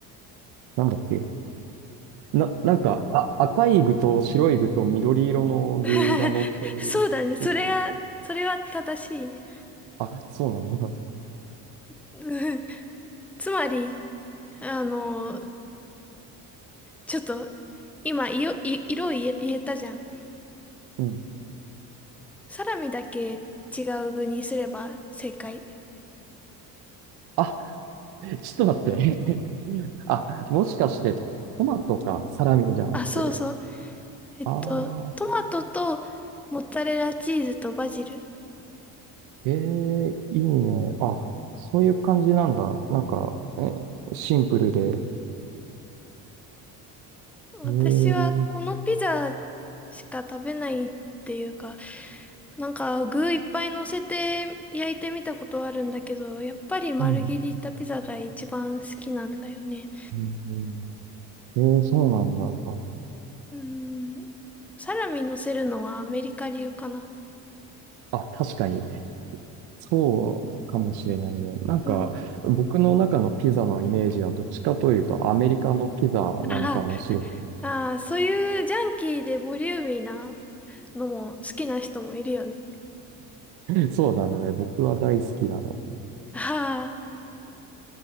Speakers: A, on the right; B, in the centre.
A: なんだっけ。な、なんか、あ、赤い具と白い具と緑色の具が乗ってることが。
B: <laughs> そうだね。それが、それは正しいね。
A: あ、そうなの。
B: <laughs> つまり、あの、ちょっと、今、いよい色を言え、言えたじゃん。
A: うん。
B: サラミだけ違う具にすれば正解。
A: あ、ちょっと待って。<laughs> あ、もしかして、トマトか、サラミじゃなくて。
B: あ、そうそう。えっと、
A: ああ。
B: トマトとモッツァレラチーズとバジル。
A: ええいいね。あ、そういう感じなんだ。なんか、え、シンプルで。
B: 私はこのピザ
A: ええう
B: しか食べないっていうか、なんか具いっぱい乗せて焼いてみたことはあるんだけど、やっぱり丸切りいったピザが一番好きなんだよね。
A: んうん。ええそうなんだ。
B: うーん。サラミ乗せるのはアメリカ流かな。
A: あ、確かに。そうかもしれないね。なんか、
B: うん。
A: 僕の中のピザのイメージはどっちかというとアメリカのピザなのかもしれな
B: ああ、ああ、そういうジャンキーでボリューミーなのも好きな人もいるよね。
A: い。<laughs> そうだね。僕は大好きだね。
B: ああ、